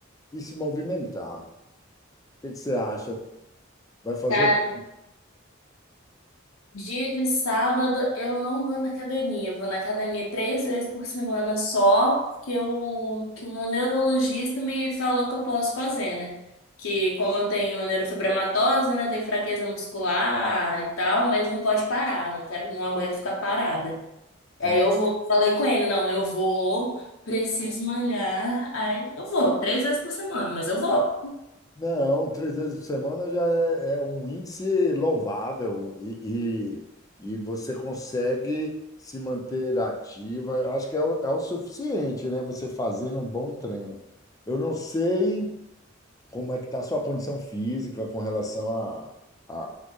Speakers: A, on the left; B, on the left.
A: e se movimentar. O que que você acha? Vai fazer
B: Cara,
A: o quê?
B: dia de sábado eu não vou na academia. Eu vou na academia três vezes por semana só, porque o que o meu neurologista me falou que eu posso fazer, né? Que como eu tenho neurofibromatose, né? Tenho fraqueza muscular e tal, mas não pode parar. Eu não quero, não aguento ficar parada. Aí
A: É.
B: eu vou, falei com ele, não, eu vou, preciso malhar. Aí eu vou, três vezes por semana, mas eu vou.
A: Não, três vezes por semana já é, é um índice louvável e, e, e você consegue se manter ativa. Eu Acho que é, o- é o suficiente, né? Você fazendo um bom treino. Eu não sei como é que está a sua condição física com relação à a,